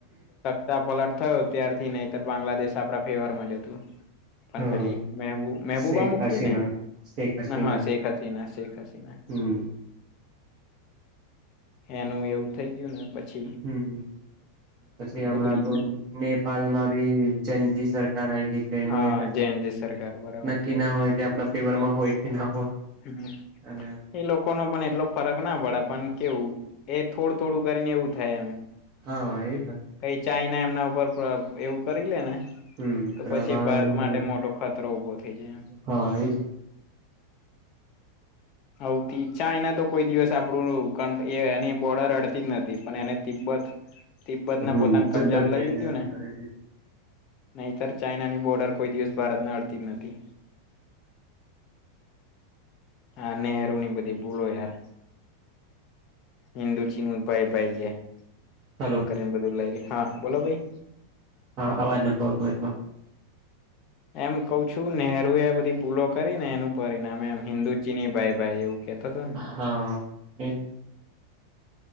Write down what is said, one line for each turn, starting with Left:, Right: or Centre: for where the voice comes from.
Left: સતા પલટ થયો ત્યારથી નહીતર બાંગ્લાદેશ આપડા ફેવર માં જ હતું. પણ
Right: હા
Left: પેલી મેબુ મહેબૂબા
Right: શેખ
Left: મુક્તી
Right: હસીના
Left: ને?
Right: શેખ હસીના
Left: ના હા શેખ હસીના શેખ હસીના,
Right: હમ
Left: એનું એવું થઈ ગયું ને પછી,
Right: હમ્મ પછી હમણાં
Left: બગડી
Right: તો
Left: ગયું
Right: <inaudible> નેપાલ માં બી જનજી સરકાર આવી ગઈ છે, એનું
Left: હા
Right: ક
Left: જેન જે સરકાર બરાબર
Right: નક્કી કે ના હોય, કે આપણા ફીવર માં હોય કે ના હોય
Left: હમ્મ
Right: અને
Left: એ લોકો નો પણ એટલો ફરક ના પડે પણ કેવું એ થોડું થોડું કરીને એવું થાય, એમ
Right: હા એજ ને
Left: કઈ ચાઈ ના એમના ઉપર એવું કરી લે ને,
Right: હમ
Left: તો
Right: પ્રભાવ
Left: પછી ભારત
Right: એનું
Left: માટે
Right: હોય
Left: મોટો ખતરો ઉભો થઇ જાય.
Right: હા, એ જ ને
Left: હ ઈછા એના તો કોઈ દિવસ આપણું એ એની બોર્ડર અડતી જ નથી, પણ એને તિબ્બત તિબ્બતને
Right: હમ
Left: પોતાને કબજામાં
Right: તબત
Left: લઈ
Right: એને
Left: લીધું ને,
Right: કરી દીધું
Left: નહીતર ચાાઈનાની બોર્ડર કોઈ દિવસ ભારતને અડતી જ નથી. હા, નહેરુ ની બધી ભૂલો, યાર હિન્ંદુ ચિનનું ભાઈ ભાઈ <inaudible>
Right: હાલો
Left: <inaudible> હા બોલો ભાઈ
Right: હા, અવાજ નતો આવતો એચમાં
Left: એમ કઉ છું, નેહરુ એ આ બધી ભૂલો કરી ને એનું પરિણામ એમ હિન્દુ ચીની ભાઈ ભાઈ એવું કેતો હતો ને,
Right: હા એ